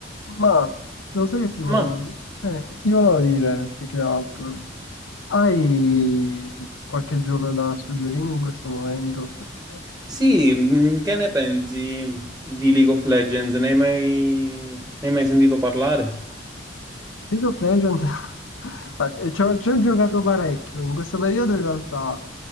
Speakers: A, on the left (about 80°); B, in the centre.
A: Ma lo sai che ti volevo,
B: Ma
A: eh, ti volevo dire più che altro, hai qualche gioco da suggerirmi in questo momento? Perché
B: sì, mh, che ne pensi di League of Legends? Ne hai mai, ne hai mai sentito parlare?
A: League of Legends <laughs> ma, eh, ci ho, ci ho giocato parecchio, in questo periodo in realtà